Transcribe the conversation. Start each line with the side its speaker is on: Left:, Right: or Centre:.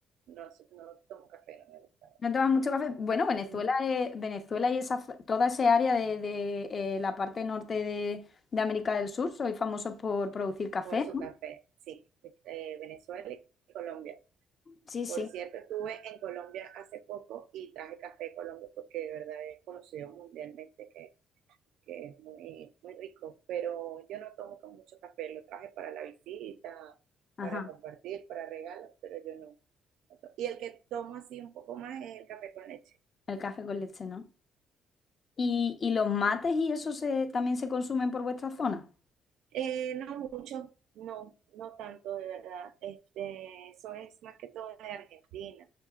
Right: no, su- no tomo café, no me gusta.
Left: ¿No tomas mucho café? Bueno, Venezuela,
Right: Mm,
Left: eh, Venezuela y esa, f- toda esa área de, de, eh, la parte norte de, de América del Sur, soy famosos por producir café,
Right: Por su
Left: ¿no?
Right: café, sí, eh, Venezuela y Colombia.
Left: Sí,
Right: Por
Left: sí.
Right: cierto, estuve en Colombia hace poco y traje café de Colombia porque de verdad es conocido mundialmente que, que es muy, muy rico, pero yo no tomo con mucho café, lo traje para la visita,
Left: Ajá.
Right: para compartir, para regalos, pero yo no. Y el que tomo así un poco más es el café con leche.
Left: El café con leche, ¿no? ¿Y, y los mates y eso se, también se consumen por vuestra zona?
Right: Eh, no mucho, no, no tanto, de verdad. Este, eso es más que todo de Argentina,